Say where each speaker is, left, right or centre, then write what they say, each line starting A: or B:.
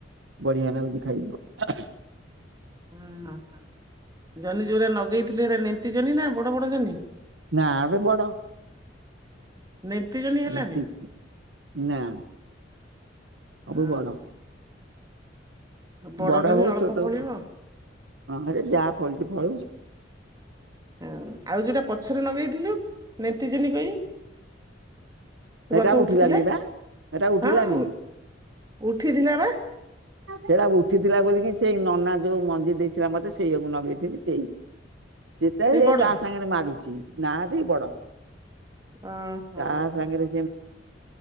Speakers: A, on the right (about 70°); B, on the right (about 20°).
A: ବଢ଼ିଆ ନାଗୁଚି ଖାଇବାକୁ।
B: ଉଁ ଅଁ ହଁ ଜହ୍ନି ଯୋଉରା ନଗେଇଥିଲେ ହେରା ନେନ୍ତି ଜହ୍ନି ନାଁ ବଡ଼ ବଡ଼ ଜହ୍ନି?
A: ନାଁ ବେ ବଡ଼
B: ନେନ୍ତି ଜହ୍ନି ହେଲାନି
A: ନେନ୍ତି ନାଁ। ସବୁ
B: ଅ
A: ବଡ଼।
B: ବଡ
A: ବଡ଼
B: ଜହ୍ନି
A: ହଉ
B: ଅଳ୍ପ
A: ଛୋଟ
B: ଫଳିବ।
A: ହଉ ଯାହା ଫଳୁଚି ଫଳୁ।
B: ହଁ ଆଉ ଯୋଉଟା ପଛରେ ନଗେଇଥିଲୁ ନେନ୍ତି ଜହ୍ନି କଇ।
A: ହେଟା
B: ଗଛ
A: ଉଠିଲାନି
B: ଉଠିଥିଲା
A: ବା ହେଟା ଉଠିଲାନି।
B: ହଁ ଆଉ ଉଠିଥିଲା ବା।
A: ସେରା ଉଠିଥିଲା ବୋଲିକି ସେଇ ନନା ଯୋଉ ମଞ୍ଜି ଦେଇଥିଲା ମତେ ସେଇଆକୁ ନଗେଇଥିନି ସେଇ। ସେତା
B: ସେଇ
A: ହେ
B: ବଡ
A: ତା ସାଙ୍ଗେରେ ମାଡୁଚି ନା ଯେଇ ବଡ଼
B: ଓହୋ
A: ତା ସାଙ୍ଗେରେ